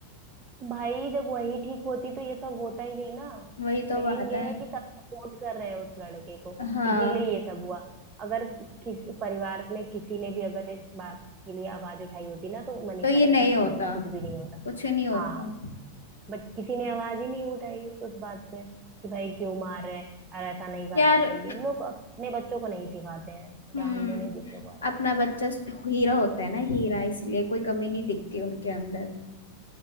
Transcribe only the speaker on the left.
वही तो
बात
है
हाँ
तो ये नहीं
होता
कुछ नहीं होता
यार
हम्म
अपना
बच्चा स- हीरा होता है ना हीरा इसलिए कोई कमी नहीं दिखती उनके अंदर